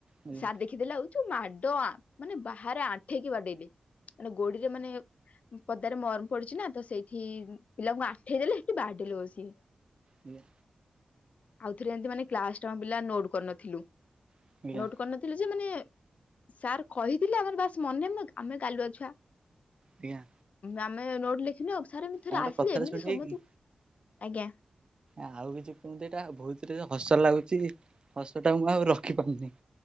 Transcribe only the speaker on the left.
ସାର୍ ଦେଖିଦେଲେ ଆଉ ଯୋଉ ମାଡ ମାନେ ବାହାରେ ଆଣ୍ଠେଇକି ବାଡେଇଲେ! ମାନେ ଗୋଡିରେ ମାନେ ପଦାରେ ମରମ ପଡୁଛି ନା ତ ସେଇଠି ପିଲାଙ୍କୁ ଆଠେଇ ଦେଲେ ସେଠି ବାଡ଼େଇ ଲେ ବସି
ଆଉଥରେ ଏମତି ମାନେ କ୍ଲାସ ଟାମ ପିଲା ନୋଟ କରିନଥିଲୁ
ନୋଟ୍ କରିନଥିଲେ ଯେ ମାନେ ସାର୍ କହିଥିଲେ ଆମର ବାସ୍ ମନେ ଆମେ ଗାଲୁଆ ଛୁଆ
ଆମେ ନୋଟ ଲେଖିନୁ ଆଉ ସାର ଥରେ
ଆସିଲେ
ଏମିତି
ସମସ୍ତୁ
ଆଜ୍ଞା।